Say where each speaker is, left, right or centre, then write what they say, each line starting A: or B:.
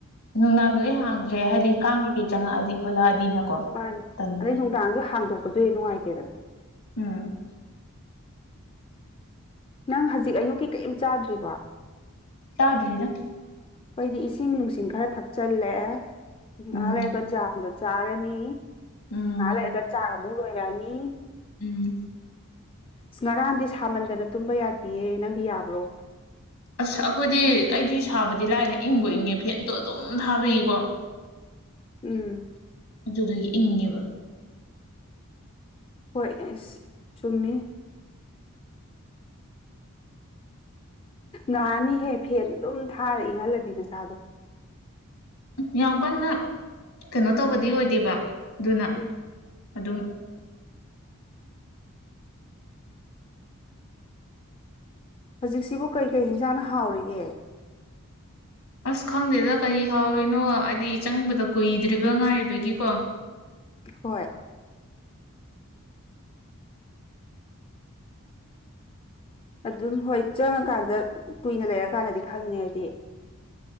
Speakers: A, on the left; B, on the left.
A: ꯅꯨꯡꯗꯥꯡꯗꯨꯗꯤ ꯍꯥꯡꯗ꯭ꯔꯦ ꯍꯥꯏꯗꯤ ꯀꯥꯡ ꯀꯩꯀꯩ ꯆꯪꯉꯛꯑꯗꯤ ꯈꯣꯠꯂꯛꯑꯗꯤꯅꯀꯣ
B: ꯃꯥꯅꯤ
A: ꯇꯟꯗꯅ
B: ꯑꯗꯩ ꯅꯨꯡꯗꯥꯡꯖꯨ ꯍꯥꯡꯗꯣꯛꯄꯖꯨ ꯍꯦꯛ ꯅꯨꯡꯉꯥꯏꯇꯦꯗꯅ
A: ꯎꯝ
B: ꯅꯪ ꯍꯖꯤꯛ ꯑꯌꯨꯛꯀꯤ ꯀꯩꯝ ꯆꯥꯗ꯭ꯔꯤꯕ
A: ꯆꯥꯗ꯭ꯔꯤꯗ
B: ꯈꯣꯏꯗꯤ ꯏꯁꯤꯡ ꯅꯨꯡꯁꯤꯡ ꯈꯔ ꯊꯛꯆꯜꯂꯦ ꯉꯍꯥꯛ
A: ꯎꯝ
B: ꯂꯩꯔꯒ ꯆꯥ ꯑꯗꯨꯒ ꯆꯥꯔꯅꯤ
A: ꯎꯝ
B: ꯉꯍꯥꯛ ꯂꯩꯔꯒ ꯆꯥꯛꯃꯨꯛ ꯂꯣꯏꯔꯛꯑꯅꯤ
A: ꯎꯝ
B: ꯑꯁ ꯉꯔꯥꯡꯗꯤ ꯁꯥꯃꯟꯗꯅ ꯇꯨꯝꯕ ꯌꯥꯗꯤꯌꯦ ꯅꯪꯗꯤ ꯌꯥꯕ꯭ꯔꯣ
A: ꯑꯁ ꯑꯩꯈꯣꯏꯗꯤ ꯑꯩꯗꯤ ꯁꯥꯕꯗꯤ ꯂꯥꯏꯅ ꯏꯪꯕꯨ ꯏꯪꯉꯦ ꯐꯦꯟꯗꯣ ꯑꯗꯨꯝ ꯊꯥꯕꯒꯤꯀꯣ <unintelligible>
B: ꯎꯝ
A: ꯑꯗꯨꯗꯨꯒꯤ ꯏꯪꯉꯦꯕ
B: ꯍꯣꯏ ꯑꯁ ꯆꯨꯝꯃꯤꯅꯦ ꯅꯥꯅꯤꯍꯦ ꯐꯦꯟ ꯑꯗꯨꯝ ꯊꯥꯔ ꯏꯪꯍꯜꯂꯗꯤ ꯅꯆꯥꯗꯣ
A: ꯌꯥꯝ ꯀꯟꯅ ꯀꯩꯅꯣ ꯇꯧꯕꯗꯤ ꯑꯣꯏꯗꯦꯕ ꯑꯗꯨꯅ
B: ꯎꯝ
A: ꯑꯗꯨꯝ
B: ꯍꯖꯤꯛꯁꯤꯕꯨ ꯀꯩ ꯀꯩ ꯍꯤꯟꯖꯥꯡꯅ ꯍꯥꯎꯔꯤꯒꯦ
A: ꯑꯁ ꯈꯪꯗꯦꯗ ꯀꯔꯤ ꯍꯥꯎꯔꯤꯅꯣ ꯍꯥꯏꯗꯤ ꯆꯪꯕꯗ ꯀꯨꯏꯗ꯭ꯔꯤꯕ ꯉꯥꯏꯔꯤꯕꯒꯤꯀꯣ
B: ꯍꯣꯏ ꯑꯗꯨꯝ ꯍꯣꯏ ꯆꯪꯉꯀꯥꯟꯗ ꯀꯨꯏꯅ ꯂꯩꯔꯀꯥꯟꯗꯗꯤ ꯈꯪꯉꯦ ꯍꯥꯏꯗꯤ